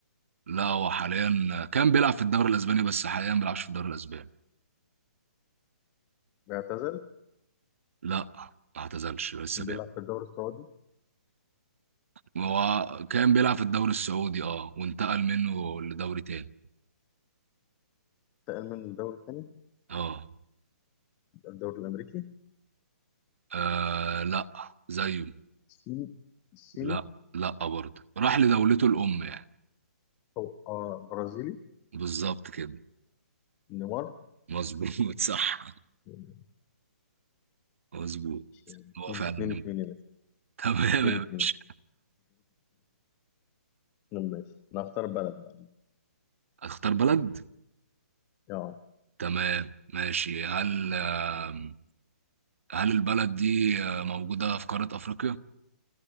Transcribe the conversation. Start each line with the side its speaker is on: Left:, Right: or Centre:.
Right: لا هو حاليا كان بيلعب في الدوري الاسباني بس حاليا ما بيلعبش في الدوري الاسباني
Left: بيعتزل
Right: لا ما اعتزلش لسه
Left: بيلعب
Right: بيلعب
Left: في الدوري السعودي
Right: هو كان بيلعب في الدوري السعودي اه وانتقل منه لدوري تاني
Left: انتقل من الدوري الثاني
Right: اه
Left: الدوري الامريكي
Right: آه، لا زيه
Left: الصيني الصيني
Right: لا لا برضه راح لدولته الام يعني
Left: او آه برازيلي
Right: بالظبط كده
Left: نيمار
Right: مظبوط <laughs> صح
Left: ماشي
Right: مظبوط
Left: يعني
Right: هو فعلا
Left: اتنين
Right: نمر.
Left: اتنين يا باشا
Right: تمام
Left: اتنين
Right: يا باشا
Left: اتنين <laughs> ماشي انا هختار بلد بقى
Right: اختار بلد
Left: اه
Right: تمام ماشي هل آم، هل البلد دي آه، موجودة في قارة أفريقيا؟